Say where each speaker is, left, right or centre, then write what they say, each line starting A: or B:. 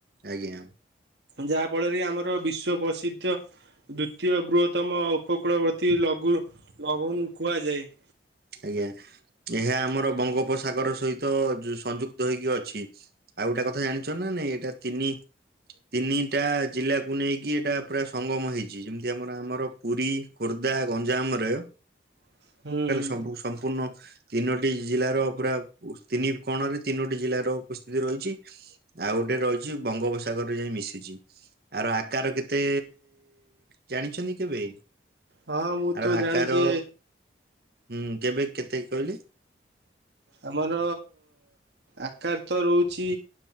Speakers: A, on the right; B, on the right.
A: ଆଜ୍ଞା।
B: ଯାହାଫଳରେ କି ଆମର ବିଶ୍ୱ ପ୍ରସିଦ୍ଧ ଦ୍ଵିତୀୟ ବୃହତ୍ତମ ଉପକୂଳବର୍ତୀ ଲଘୁ ଲଗନ କୁହାଯାଏ।
A: ଆଜ୍ଞା ଏହା ଆମର ବଙ୍ଗୋପସାଗର ସହିତ ସଂଯୁକ୍ତ ହେଇକି ଅଛି। ଆଉ ଗୋଟେ କଥା ଜାଣିଛ ନା ନାଇଁ ଏଇଟା ତିନି ତିନିଟା ଜିଲ୍ଲାକୁ ନେଇକି ଏଇଟା ପୁରା ସଙ୍ଗମ ହେଇଛି ଯେମିତି ଆମର ଆମର ପୁରୀ ଖୋର୍ଦ୍ଧା ଜା ଗଞ୍ଜାମ ରେ
B: ହୁଁ।
A: ସବୁ ସମ୍ପୂର୍ଣ୍ଣ ତିନୋଟି ଜିଲ୍ଲାର ପୁରା ତିନି କୋଣରେ ତିନୋଟି ଜିଲ୍ଲାର ଉପସ୍ଥିତି ରହିଛି ଆଉ ଗୋଟେ ରହିଛି ବଙ୍ଗୋପସାଗରରେ ଯାଇ ମିଶିଛି ଆର ଆକାର କେତେ ଜାଣିଛ। କେବେ
B: ହଁ ମୁଁ
A: ଆଉ
B: ତ ଜାଣିଛି
A: ଆକାର ହୁଁ କେବେ କେତେ କହିଲି?
B: ଆମର ଆକାର ତ ରହୁଛି